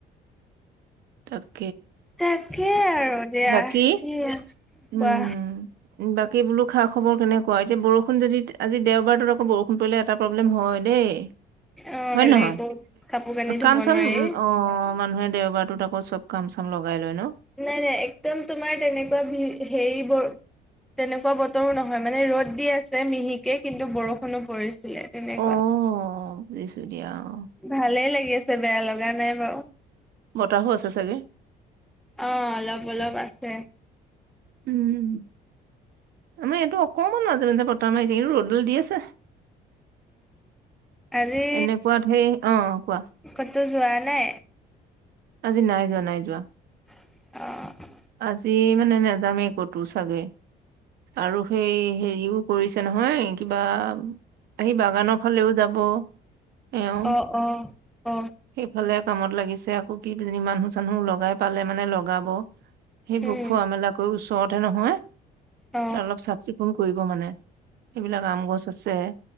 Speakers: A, on the right; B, in the centre.
A: তাত
B: তাকে আৰু দিয়া।
A: বাকী
B: কি <unintelligible>
A: উম
B: কোৱা
A: বাকী বোলো খা-খবৰ কেনেকুৱা? এতিয়া বৰষুণ যদি আজি দেওবাৰটোত আকৌ বৰষুণ পৰিলে এটা প্ৰব্লেম হয় দেই।
B: অ
A: হয়নে
B: বেলেগ
A: নহয়?
B: একো কাপোৰ কানি
A: অ',
B: ধুব
A: কাম-চাম
B: নোৱাৰি
A: অ' মানুহে দেওাবাৰটোত আকৌ চব কাম চাম লগাই লয় ন
B: নাই, নাই। একদম তোমাৰ তেনেকুৱা বিহে-হেৰি তেনেকুৱা বতৰো নহয়। মানে ৰ'দ দি আছে মিহিকে, কিন্তু বৰষুণো পৰিছে। ছিলে তেনেকুৱা,
A: অ বুজিছো দিয়া অ
B: ভালেই লাগি আছে, বেয়া লগা নাই। <unintelligible>
A: বতাহো আছে চাগে?
B: অ', অলপ অলপ আছে।
A: উম আমাৰ এইটো অকমান মাজে-মাজে বতাহ মাৰি আছে, কিন্ত ৰ'দাল দি আছে।
B: আজি
A: এনেকুৱাত হেই, অ', কোৱা।
B: ক'তো যোৱা নাই?
A: আজি নাই যোৱা, নাই যোৱা।
B: অ'।
A: আজি মানে নেযামেই কতো চাগে আৰু সেই হেৰিও কৰিছে নহয় কিবা আহি বাগানৰ ফালেও যাব এওঁ
B: অ অ অ
A: সেইফালে কামত লাগিছে আকৌ কি কিজানি মানুহ চানুহ লগাই পালে মানে লগাব। সেইবোৰ
B: উম
A: খোৱা মেলাকৈ ওচৰতেহে নহয়,
B: অ
A: তে অলপ চাফ-চিকুণ কৰিব মানে। এইবিলাক আম গছ আছে,